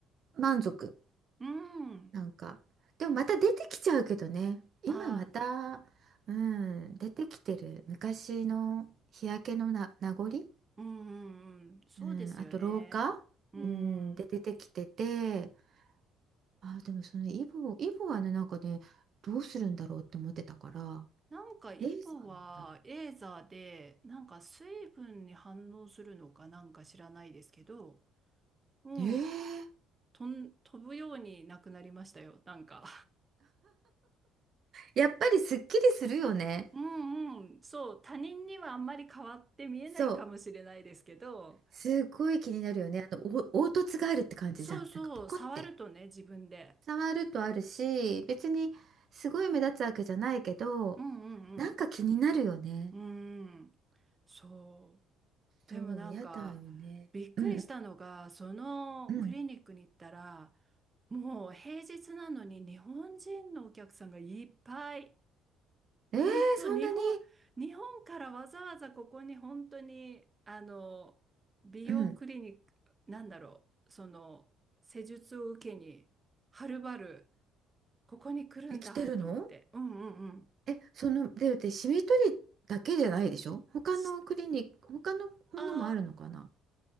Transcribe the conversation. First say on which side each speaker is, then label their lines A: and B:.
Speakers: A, on the right; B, on the right.
A: 満足
B: うん。
A: なんかでもまた出てきちゃうけどね今また、
B: あ、
A: うん、出てきてる昔の日焼けのな名残、
B: うんうんうん、そうですよね。
A: うん、あと老化、
B: うん。
A: うん、で出てきてて。あー、でもそのイボ、イボはね、なんかね、どうするんだろうって思ってたから、
B: なんかイボはエーザーでなんか水分に反応するのかなんか知らないですけど、
A: レイザーなんだ。
B: もう
A: えー
B: とん飛ぶようになくなりましたよ、なんか。
A: やっぱりすっきりするよね。
B: <laughs> うんうん、そう、他人にはあんまり変わって見えないかもしれないですけど、
A: そう。すごい気になるよね。あの、お凹凸があるって感じじゃん。
B: そうそう、
A: なんかポコって。
B: 触るとね、自分で。
A: 触るとあるし、別にすごい目立つわけじゃないけど、
B: うんうんうん。
A: なんか気になるよね。
B: うん、そう。でもなんか、
A: そう、やだよね。
B: びっくりしたのが、
A: うん
B: そのクリニックに行ったら、
A: うん。うん。
B: もう平日なのに日本人のお客さんがいっぱい。本当、
A: えーそんなに
B: 日本、日本からわざわざここに本当に、あの、美容クリニック、
A: うん。
B: なんだろう、その、施術を受けに、はるばる、ここに来るんだと思って。
A: え、来てるの
B: うんうんうん。
A: え、その、で、で、シミ取りだけじゃないでしょ他のクリニック、
B: し
A: 他のものもあるのかな
B: あ